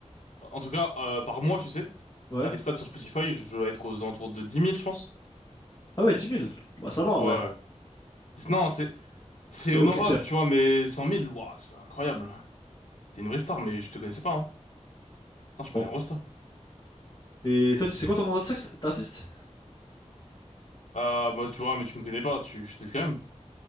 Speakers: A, on the left (about 75°); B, on the left (about 30°).
A: en tout cas, euh, par mois, tu sais,
B: Ouais.
A: t'as les stats sur Spotify. Je dois être aux alentours de 10 000, je pense.
B: Ah ouais, dix mille. Bah ça va en
A: Ouais.
B: vrai.
A: ouais. Non, c'est, c'est
B: C'est ok
A: honorable,
B: tier.
A: tu vois, mais 100 000, ouah, c'est incroyable. T'es une vraie star, mais je te connaissais pas. Hein. Putain, je suis pas
B: Bon.
A: une rosta.
B: Et toi, tu sais quoi ton nom d'artiste? d'artiste
A: Euh, bah, tu vois, mais tu me connais pas. Tu, je te dis quand même.